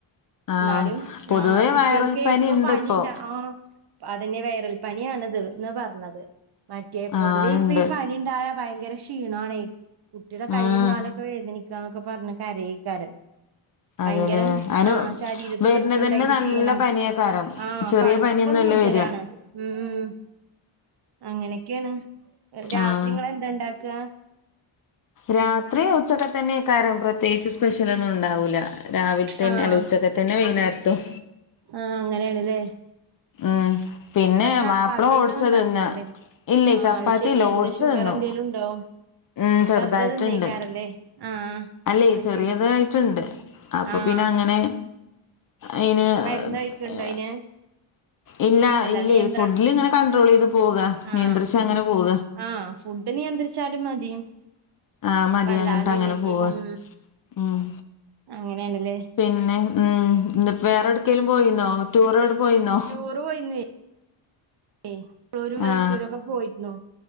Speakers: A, on the left (about 45°); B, on the right (about 50°).
A: ആഹ്
B: ന്നാലും
A: പൊതുവേ
B: ആഹ് കുട്ട്യാൾക്കേ
A: വൈറൽ പനി
B: ഇപ്പ
A: ഇണ്ട്
B: പനിണ്ട,
A: ഇപ്പോ
B: ആഹ്. ഹാ അതന്നെ വൈറൽ പനിയാണ്ത് ന്ന് പറഞ്ഞത്. മറ്റേ പൊതുവേ
A: ആഹ്
B: ഇപ്പ
A: ഇണ്ട്
B: ഈ പനി ണ്ടായാ ഭയങ്കര ക്ഷീണാണേ. കുട്ടിടെ കൈയും
A: ഉം
B: കാലൊക്കെ വേദനിക്കാ ന്നൊക്കെ പറഞ് കരയേക്കാരം. ഭയങ്കരം
A: അതെല്ലേ അയിന്
B: ആഹ് ശരീരത്ത്ക്ക്ട്ക്ക്ണ്ട്
A: വരുന്നതന്നെ
B: അയിന്റെ
A: നല്ല
B: ക്ഷീണം
A: പനിയേക്കാരം
B: ആഹ്
A: ചെറിയ
B: കടുപ്പം
A: പനിയൊന്നുല്ല
B: കൂടുതലാണ്
A: വരിക
B: ഉം ഉം അങ്ങനെക്കെണ് എ രാത്രി
A: ആഹ്
B: ഇങ്ങൾ എന്താണ്ടാക്കാ
A: രാത്രി ഉച്ചക്കത്തന്നെയ്കാരം പ്രത്യേകിച്ച് സ്പെഷലൊന്നും ഉണ്ടാവൂല രാവിൽ തന്നെ
B: ആഹ്
A: അല്ല ഉച്ചക്ക തന്നെ വൈന്നേരത്തും
B: ആഹ് അങ്ങനെയാണ്ലെ
A: ആഹ് പിന്നെ
B: ചപ്പാത്തി
A: മാപ്പ്ള
B: ആയിട്ടൊന്നും
A: ഓട്ച്ചത്
B: ഉണ്ടാക്കൂലല്ലേ
A: ന്ന ഇല്ലേ
B: ആഹ്
A: ചപ്പാത്തില്ല
B: അത് ശെരി എന്താ
A: ഓഡ്സ്
B: ഷുഗർ
A: തന്നു
B: എന്തേലും ഉണ്ടോ
A: ഉം ചെറ്തായിട്ട്ണ്ട്
B: വെറുതെ തിന്നേക്കാരല്ലേ ആഹ്
A: അല്ലെ
B: അത്
A: ചെറിയതായിട്ട്ണ്ട്
B: ശെരി
A: അപ്പൊ
B: ആഹ്
A: പിന്നെ അങ്ങനെ അയ്ന്
B: മരുന്ന് കഴിക്കണ്ടോ
A: എ
B: അയിന്
A: ഇല്ല
B: അല്ല
A: ഇല്ലെ
B: നിയന്ത്ര
A: ഫുഡിലിങ്ങനെ കണ്ട്രോളെയ്ത് പോക
B: ആഹ്
A: നിയന്ത്രിച്ചങ്ങനെ
B: ഫുഡ്
A: പോക
B: ആഹ് ഫുഡ് നിയന്ത്രിച്ചാലും മതി
A: ആഹ് മതി
B: വല്ലാതൊന്നുല്ലെങ്കി
A: അങ്ങനട്ട് അങ്ങനെ പോവ
B: ഉം
A: ഉം
B: അങ്ങനെയാണല്ലേ
A: പിന്നെ ഉം ഇന്ന് പ്പൊ വേറൊട്ക്കെലും പോയിന്നോ ടൂറൊടെ പോയിന്നോ
B: ഓർ പോയിന്നേ ഏയ് ടൂര് മൈസൂരൊക്കെ
A: ആ
B: പോയിരുന്നു